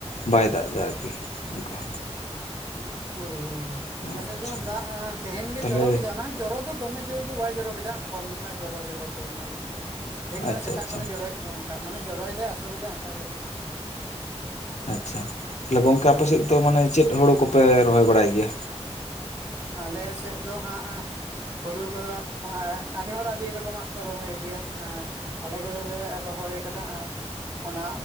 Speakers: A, on the left; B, on the right.
A: ᱵᱟᱭ ᱫᱟᱜ ᱫᱟ ᱟᱨᱠᱤ᱾ ᱚᱝᱠᱟ᱾
B: ᱦᱳᱭ ᱦᱳᱭ ᱳᱭ ᱟᱞᱮᱥᱮᱜ
A: ᱟᱪᱪᱷᱟ
B: ᱫᱚ ᱫᱟᱜ ᱟᱸ ᱛᱮᱦᱮᱧ ᱜᱮ
A: ᱛᱟᱦᱚᱞᱮ
B: ᱡᱚᱨᱚ ᱠᱮᱫᱟ ᱚᱱᱟ ᱡᱚᱨᱚ ᱫᱚ ᱫᱚᱢᱮ ᱡᱳᱨ ᱫᱚ ᱵᱟᱭ ᱡᱚᱨᱚ ᱠᱮᱫᱟ ᱠᱚᱢ ᱧᱚᱜ ᱮ ᱡᱚᱨᱚ ᱠᱮᱫᱟ ᱛᱤᱦᱤᱱ ᱟᱞᱮᱥᱮᱫ ᱫᱚ ᱛᱮᱦᱤᱧ ᱢᱟᱱᱮ
A: ᱟᱪᱪᱷᱟ
B: ᱥᱮᱛᱟᱜ
A: ᱟᱪᱪᱷᱟ
B: ᱠᱷᱚᱱᱮ ᱡᱚᱨᱚᱭᱮ ᱛᱮᱦᱮ ᱚᱝᱠᱟᱜ ᱢᱟᱱᱮ ᱡᱚᱨᱚᱭᱫᱟ ᱟᱥᱳᱨ ᱫᱟ ᱚᱝᱠ
A: ᱟᱪᱪᱷᱟ, ᱛᱟᱦᱞᱮ ᱜᱚᱝᱠᱮ
B: ᱛᱟᱦᱮᱸᱜ ᱦᱮᱸ
A: ᱟᱯᱮ ᱥᱮᱡ ᱫᱚ ᱢᱟᱱᱮ ᱪᱮᱫ ᱦᱳᱲᱳ ᱠᱚᱯᱮ ᱨᱚᱦᱚᱭ ᱵᱟᱲᱟᱭ ᱜᱮᱭᱟ?
B: ᱟᱞᱮ ᱥᱮᱡ ᱫᱚ ᱦᱟᱸᱜᱼᱟ ᱦᱩᱲᱩ ᱠᱚᱫᱚ ᱮᱸ ᱟᱹᱰᱤ ᱦᱚᱲ ᱟᱹᱰᱤ ᱨᱚᱠᱚᱢᱟᱜ ᱠᱚ ᱨᱚᱦᱚᱭ ᱜᱮᱭᱟ, ᱮᱸ ᱟᱞᱮ ᱠᱚᱫᱚᱞᱮ ᱨᱚᱦᱚᱭ ᱠᱟᱫᱟ ᱟᱸ ᱚᱱᱟ